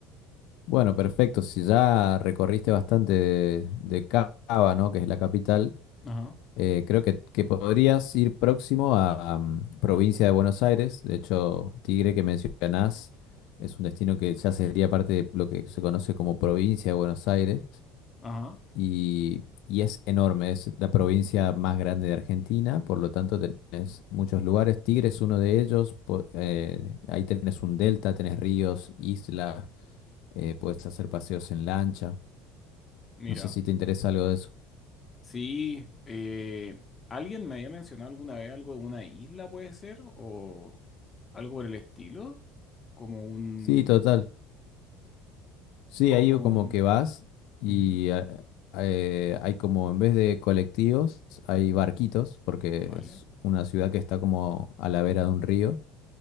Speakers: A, on the left (about 60°); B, on the left (about 20°).
A: Bueno, perfecto. Si ya recorriste bastante de, de Cava, ¿no? Que es la capital.
B: Ajá,
A: Eh, creo que, que podrías ir próximo a, a, mm, provincia de Buenos Aires. De hecho, Tigre que mencionás es un destino que ya sería parte de lo que se conoce como provincia de Buenos Aires
B: ajá,
A: y, y es enorme. Es la provincia más grande de Argentina, por lo tanto tenés muchos lugares. Tigre es uno de ellos. po- eh, ahí tenés un delta, tenés ríos, isla, eh, puedes hacer paseos en lancha.
B: mira.
A: No sé si te interesa algo de eso.
B: Sí, eh, alguien me había mencionado alguna vez algo de una isla, puede ser, o algo por el estilo, como un,
A: Sí, total. Sí,
B: como,
A: ahí como que vas y
B: ujú,
A: a- eh, hay como, en vez de colectivos, hay barquitos, porque
B: vale,
A: es una ciudad que está como a la vera de un río.